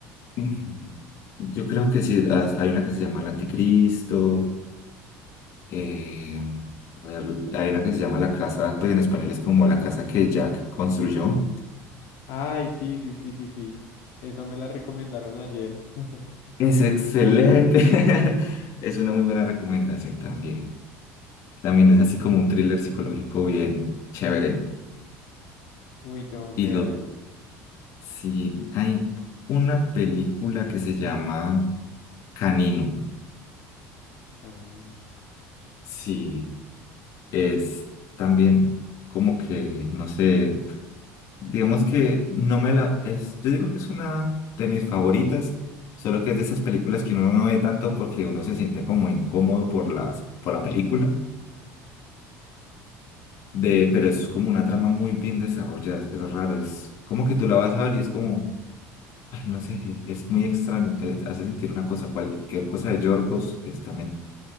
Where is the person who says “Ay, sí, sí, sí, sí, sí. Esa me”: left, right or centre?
Left